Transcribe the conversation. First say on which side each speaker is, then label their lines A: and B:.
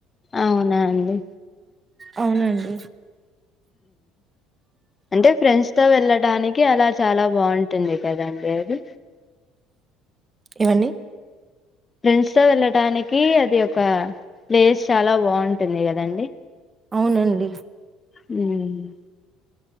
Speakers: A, on the left; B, on the right.
A: అవునా అండి
B: అవునండి
A: అంటే ఫ్రెండ్స్ తో వెళ్ళడానికి అలా చాలా బాగుంటుంది కదండడి అది
B: ఇవన్నీ
A: ఫ్రెండ్స్ తో వెళ్ళటానికి అది ఒక ప్లేస్ చాలా బాగుంటుంది కదండి
B: అవునండి
A: మ్మ్